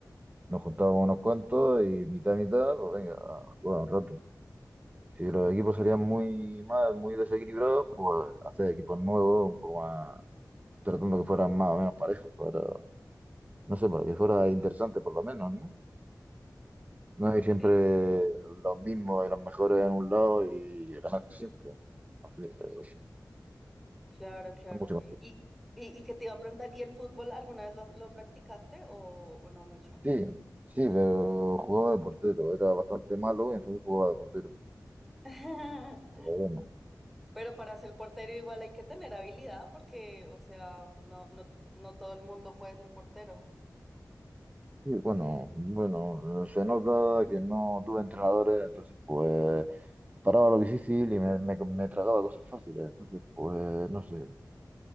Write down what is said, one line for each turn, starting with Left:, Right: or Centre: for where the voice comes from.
Right: nos juntábamos unos cuantos y mitad, mitad, pues venga, a jugar un rato. Si los equipos serían muy mal, muy desequilibrados, pues hacer equipos nuevos, un poco más, tratando que fueran más o menos parejos, para, no sé, para que fuera interesante por lo menos, ¿no? No, y siempre
Centre: Sí,
Right: los mismos, y los mejores en un lado y ganar siempre. Así que,
Centre: claro, claro.
Right: es mucho mejor.
Centre: Y, y, y que te iba a preguntar, ¿y el fútbol alguna vez lo, lo practicaste o, o no mucho?
Right: Sí, sí, pero jugaba de portero, era bastante malo y entonces jugaba de portero.
Centre: <laughs>
Right: Pero bueno,
Centre: Pero para ser portero igual hay que tener habilidad porque, o sea, no, no, no todo el mundo puede ser portero.
Right: sí, bueno, bueno, se nota que no tuve entrenadores, entonces pues paraba lo difícil y me, me, me tragaba cosas fáciles. Entonces, pues no sé,